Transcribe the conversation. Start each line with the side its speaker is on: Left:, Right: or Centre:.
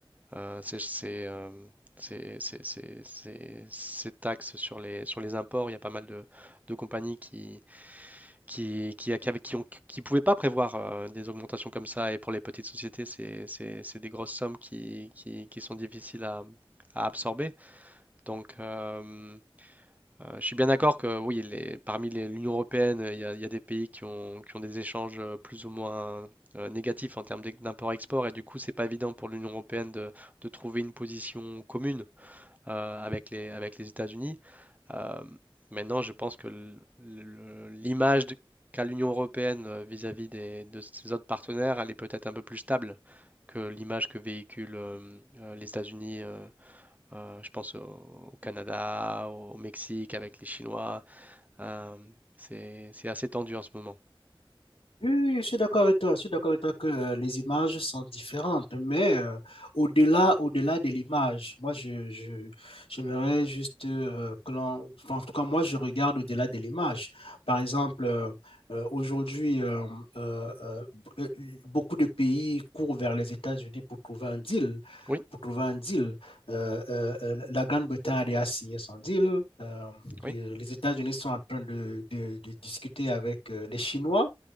Right: euh, ces, ces, euh, ces- ces- ces- ces- ces taxes sur les, sur les imports. Il y a pas mal de, de compagnies qui, qui, qui, qui, avec- qui ont- qui pouvaient pas prévoir euh, des augmentations comme ça. Et pour les petites sociétés, c'est, c'est- c'est des grosses sommes qui, qui- qui sont difficiles à, à absorber. Donc, euh, euh, je suis bien d'accord que oui, les- parmi les- l'Union européenne, il y a, il y a des pays qui ont, qui ont des échanges euh, plus ou moins euh, négatifs en termes d'e- d'import-export. Et du coup, c'est pas évident pour l'Union européenne de, de trouver une position commune euh, avec les, avec les États-Unis. Euh, maintenant, je pense que le- le- l'image de- qu'a l'Union européenne euh, vis-à-vis des, de ses autres partenaires, elle est peut-être un peu plus stable que l'image que véhiculent euh, euh, les États-Unis, euh, euh, je pense au, au Canada, au, Mexique, avec les Chinois. Euh, c'est, c'est assez tendu en ce moment.
Left: Oui, oui, oui, je suis d'accord avec toi. Je suis d'accord avec toi que euh, les images sont différentes, mais euh, au-delà, au-delà de l'image, moi, je, je, j'aimerais juste euh, que l'on, enfin, en tout cas, moi, je regarde au-delà de l'image. Par exemple, euh, euh, aujourd'hui, euh, euh, euh, b- euh, beaucoup de pays courent vers les États-Unis pour trouver un deal.
Right: Oui,
Left: Pour trouver un deal, Euh, euh, euh, la Grande-Bretagne a signé son deal. Euh,
Right: oui.
Left: et, euh, les États-Unis sont en train de, de- de discuter avec euh, les Chinois.